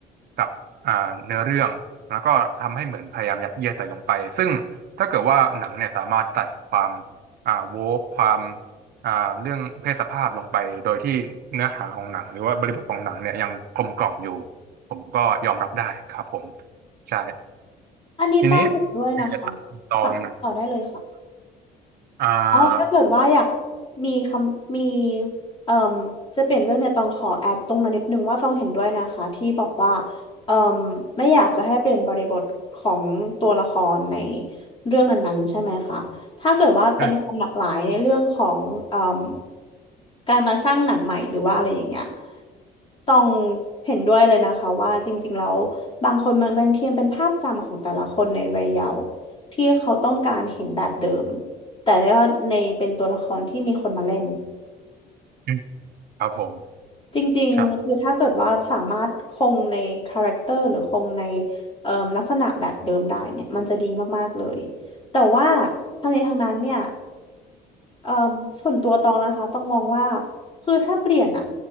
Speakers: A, on the right (about 65°); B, on the left (about 30°).
A: กับอ่าเนื้อเรื่องแล้วก็ทำให้เหมือนพยายามยัดเยียดใส่ลงไปซึ่งถ้าเกิดว่าหนังเนี่ยสามารถใส่ความอ่าโวกความ อ่าเรื่องเพศสภาพลงไปโดยที่เนื้อหาของหนังหรือว่าบริบทของหนังเนี่ยยังกลมกล่อมอยู่ผมก็ยอมรับได้ครับผมใช่
B: อันนี้ต้องเห็นด้วยนะคะ
A: ทีนี้ผมอยากจะถามคุณตองหนะ
B: ค่ะต่อได้เลยค่ะ
A: อ่า
B: อ๋อถ้าเกิดว่าอยากมีคำมีเอ่มจะเปลี่ยนเรื่องเนี่ยต้องขอแอดตรงนั้นนิดนึงว่าต้องเห็นด้วยนะคะที่บอกว่าเอ่มไม่อยากจะให้เปลี่ยนบริบทของตัวละครในเรื่องนั้นๆใช่ไหมคะถ้าเกิดว่าเป็นความหลากหลายในเรื่องของเอ่ม
A: ใช่
B: การมาสร้างหนังใหม่หรือว่าอะไรอย่างเงี้ยต้องเห็นด้วยเลยนะคะว่าจริงๆแล้วบางคนบางบางทีมันเป็นภาพจำของแต่ละคนในวัยเยาว์ที่เขาต้องการเห็นแบบเดิมแต่ว่าในเป็นตัวละครที่มีคนมาเล่น
A: อืมครับผม
B: จริงๆคือถ้าเกิดว่าสามารถคงในคาแรคเตอร์หรือคงใน
A: ใช่
B: เอ่อลักษณะแบบเดิมได้เนี่ยมันจะดีมากๆเลยแต่ว่าทั้งนี้ทั้งนั้นเนี่ย เอ่มส่วนตัวตองนะคะต้องมองว่าคือถ้าเปลี่ยนอ่ะ